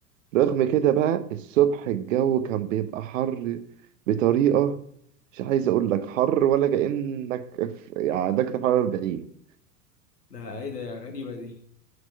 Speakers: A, on the right; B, on the left.
A: رغم كده بقى الصبح الجو كان بيبقى حر بطريقه مش عايز اقول لك حر ولا كأنك في يعني درجة حرارة 40
B: ده ايه ده يا غريبة دي